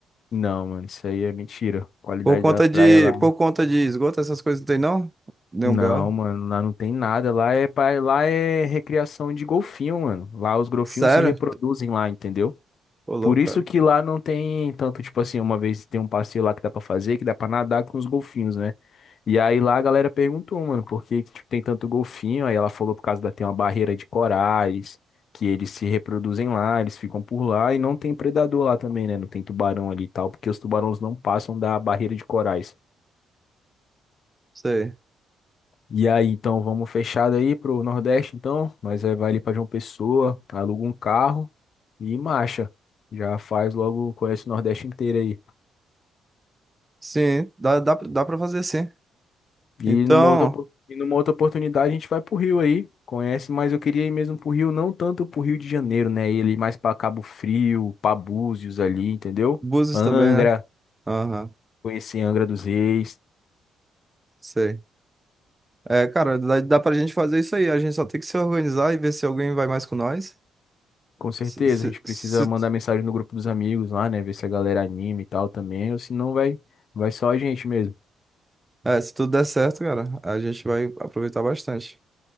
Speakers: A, on the left; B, on the right.
A: Não, mano, isso aí é mentira. Qualidade
B: Por conta
A: da praia
B: de,
A: lá.
B: por conta de esgoto, essas coisas não tem não? Nenhum
A: Não,
B: BO?
A: mano, lá não tem nada. Lá é, pra... lá é recriação de golfinho, mano. Lá os golfinhos
B: Sério?
A: se reproduzem lá, entendeu?
B: Ô, louco,
A: Por isso
B: cara.
A: que lá não tem tanto, tipo assim, uma vez tem um passeio lá que dá pra fazer, que dá pra nadar com os golfinhos, né? E aí lá a galera perguntou, mano, por que que, tipo, tem tanto golfinho? Aí ela falou por causa da tem uma barreira de corais, que eles se reproduzem lá, eles ficam por lá e não tem predador lá também, né? Não tem tubarão ali e tal, porque os tubarões não passam da barreira de corais.
B: Sei.
A: E aí, então vamos fechado aí pro Nordeste, então, mas aí vai ali pra João Pessoa, aluga um carro e marcha. Já faz logo, conhece o Nordeste inteiro aí.
B: Sim, dá, dá, pra- dá pra fazer sim.
A: E
B: Então,
A: numa outra, opor- e numa outra oportunidade a gente vai pro Rio aí, conhece, mas eu queria ir mesmo pro Rio, não tanto pro Rio de Janeiro, né? Ele mais pra Cabo Frio, pra Búzios ali, entendeu?
B: Búzios
A: Angra,
B: também, né? Aham,
A: conhecer Angra dos Reis.
B: sei. É, cara, dá, dá pra gente fazer isso aí. A gente só tem que se organizar e ver se alguém vai mais com nós.
A: Com certeza,
B: Se, se,
A: a gente precisa
B: se-
A: mandar mensagem no grupo dos amigos lá, né? Ver se a galera anima e tal também, ou se não vai, vai só a gente mesmo.
B: é, se tudo der certo, cara, a gente vai aproveitar bastante.